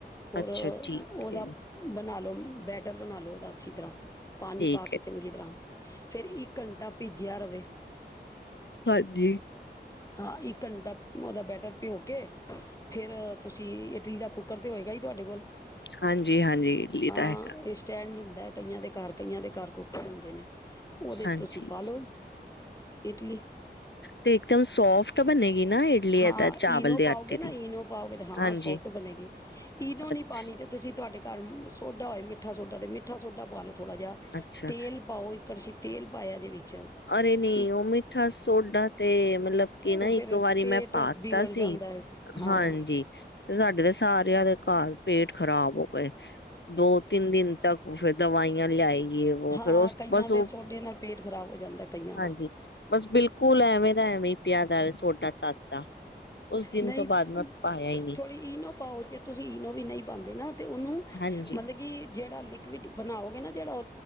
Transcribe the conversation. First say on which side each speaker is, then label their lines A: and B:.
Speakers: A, on the left (about 20°); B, on the left (about 80°).
A: ਹੋਰ
B: ਅੱਛਾ
A: ਉਹਦਾ
B: ਠੀਕ ਏ,
A: ਬਣਾ ਲੋੋ ਬੈਟਲ ਬਣਾ ਲਉ ਉਹਦਾ ਅੱਛੀ ਤਰ੍ਹਾਂ। ਪਾਣੀ
B: ਠੀਕ
A: ਪਾ ਕੇ
B: ਏ।
A: ਚੰਗੀ ਤਰ੍ਹਾਂ ਫੇਿਰ ਇੱਕ ਘੰਟਾ ਭਿੱਜਿਆ ਰਵੇ।
B: ਹਾਂਜੀ
A: ਹਾਂ ਇੱਕ ਘੰਟਾ ਉਹਦਾ ਬੈਟਰ ਭਿਓ ਕੇ, ਫੇਰ ਤੁਸੀਂ ਇਟਲੀ ਦਾ ਕੂਕਰ ਤੇ ਹੋਏਗਾ ਹੀ ਤੁਹਾਡੇ ਕੋਲ।
B: ਹਾਂਜੀ-ਹਾਂਜੀ ਲਿਦਾ
A: ਹਾਂ
B: ਹੈਗਾ।
A: ਇਹ ਸਟੈਂਡ ਹੁੰਦਾ ਕਈਆਂ ਦੇ ਘਰ ਕਈਆਂ ਦੇ ਘਰ ਕੂਕਰ ਹੁੰਦੇ ਨੇ। ਉਹਦੇ
B: ਹਾਂਜੀ।
A: 'ਚ ਤੁਸੀਂ ਪਾ ਲਓ। ਇਡਲੀ
B: ਤੇ ਇੱਕਦਮ ਸੋਫਟ ਬਣੇਗੀ। ਨਾ ਇਡਲੀ
A: ਹਾਂ
B: ਏਦਾਂ ਚਾਵਲ
A: ਈਨੋ
B: ਦੇ
A: ਪਾਓਗੇ
B: ਆਟੇ
A: ਨਾ
B: ਦੀ,
A: ਈਨੋ ਪਾਓਗੇ ਤੇ ਹਾਂ
B: ਹਾਂਜੀ
A: ਸੋਫਟ ਬਣੇਗੀ ਈਨੋ
B: ਅੱਛਾ।
A: ਨੀ ਪਾਣੀ ਤੇ ਤੁਸੀਂ ਤੁਹਾਡੇ ਘਰ ਸੋਡਾ ਹੋਏ ਮਿੱਠਾ ਸੋਡਾ ਤੇ ਮਿੱਠਾ ਸੋਡਾ ਪਾ ਲੋ। ਥੋੜਾ ਜਿਹਾ
B: ਅੱਛਾ,
A: ਤੇਲ ਪਾਓ। ਕੜਸ਼ੀ ਤੇਲ ਪਾਇਆ ਜੇ ਵਿੱਚ
B: ਅਰੇ ਨੀ
A: ਇੱਕ
B: ਉਹ ਮਿੱਠਾ ਸੋਡਾ ਤੇ ਮਤਲਬ ਕਿ
A: ਉਹ
B: ਨਾ
A: ਫੇਰ
B: ਇੱਕ ਵਾਰੀ
A: ਪੇਟ
B: ਮੈਂ ਪਾਤਾ
A: ਵਿਗੜ
B: ਸੀ
A: ਜਾਂਦਾ ਹੈ ਹਾਂ
B: ਹਾਂਜੀ ਤੇ ਸਾਡੇ ਤਾਂ ਸਾਰਿਆਂ ਦੇ ਘਰ ਪੇਟ ਖ਼ਰਾਬ ਹੋ ਗਏ। ਦੋ ਤਿੰਨ ਦਿਨ ਤੱਕ ਫਿਰ ਦਵਾਈਆਂ ਲਿਆਈ ਯੇ ਵੋ
A: ਹਾਂ
B: ਫਿਰ ਉਸ
A: ਕਈਆਂ
B: ਬਸ
A: ਦੇ
B: ਓ
A: ਸੋਡੇ ਨਾਲ ਪੇਟ ਖ਼ਰਾਬ ਹੋ ਜਾਂਦਾ। ਕਈਆਂ
B: ਹਾਂਜੀ,
A: ਦਾ
B: ਬਸ ਬਿਲਕੁਲ ਐ ਐਵੇਂ ਦਾ ਐਵੇਂ ਹੀ ਪਿਆ ਦਾ ਸੋਡਾ ਤਦ ਦਾ ਉਸ ਦਿਨ
A: ਨਹੀਂ
B: ਤੋਂ ਬਾਅਦ ਮੈਂ ਪਾਇਆ ਹੀ ਨਹੀਂ।
A: ਥੋੜ੍ਹੀ ਈਨੋ ਪਾਓ ਜੇ ਤੁਸੀਂ ਈਨੋ ਵੀ ਨਹੀਂ ਪਾਂਦੇ ਨਾ ਤੇ ਉਹਨੂੰ
B: ਹਾਂਜੀ
A: ਮਤਲਬ ਕਿ ਜਿਹੜੇ ਲਿਕਵਿਡ ਬਣਾਓਗੇ ਨਾ ਜਿਹੜਾ